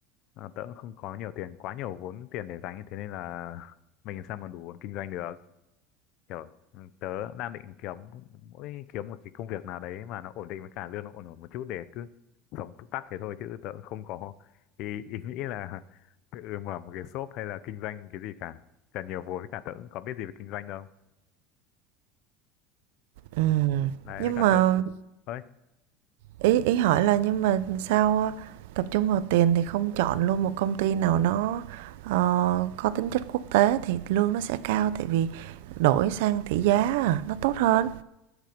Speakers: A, on the left; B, on the right.
A: à, tớ cũng không có nhiều tiền quá nhiều vốn tiền để dành ấy thế nên là <laughs> mình làm sao mà đủ kinh doanh được kiểu ừ, tớ đang định kiếm mỗi kiếm một cái công việc nào đấy mà nó ổn định với cả lương nó ổn ổn một chút để cứ sống túc tắc thế thôi chứ tớ cũng không có ý, ý nghĩ là <laughs> tự mở một cái shop hay là kinh doanh cái gì cả cả nhiều vốn với cả tớ cũng có biết gì về kinh doanh đâu
B: Ừm,
A: đấy
B: Nhưng
A: với cả
B: mà
A: tớ ơi
B: ý ý hỏi là nhưng mà sao ờ, tập trung vào tiền thì không chọn luôn một công ty nào nó ờ, có tính chất quốc tế thì lương nó sẽ cao tại vì đổi sang tỷ giá à, nó tốt hơn.